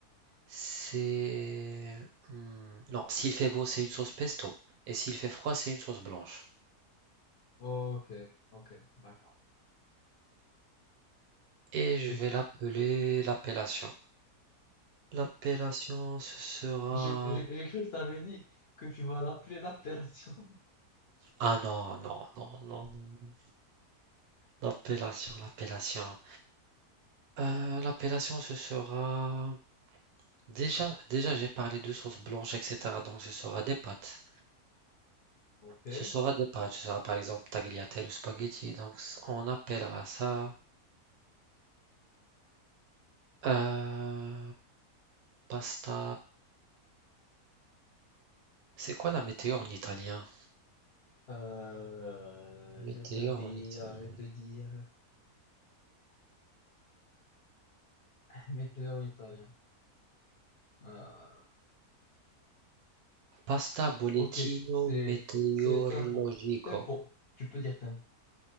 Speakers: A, on the right; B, on the left.
A: C'est... hmm, Non, s'il fait beau, c'est une sauce pesto. Et s'il fait froid, c'est une sauce blanche.
B: Ok, ok, d'accord.
A: Et je
B: Et
A: vais l'appeler l'appellation. L'appellation, ce sera...
B: J'ai j'ai- j'ai cru que tu avais dit que tu vas l'appeler l'appellation. <laughs>
A: Ah non, non, non, non, non. L'appellation, l'appellation. Euh, l'appellation, ce sera... Déjà, déjà, j'ai parlé de sauce blanche, etc. Donc, ce sera des pâtes.
B: Ok.
A: Ce sera des pâtes. Ce sera par exemple tagliatelle ou spaghetti. Donc, on appellera ça... euh, Pasta... C'est quoi la météo en italien?
B: Euh, je
A: Météo
B: vais te dire,
A: en italien.
B: je vais te dire. <laughs> Météo en italien. Euh,
A: Pasta bollettino
B: ok, c'est
A: meteorologico.
B: c'est tempo. Tempo. Tu peux dire tempo.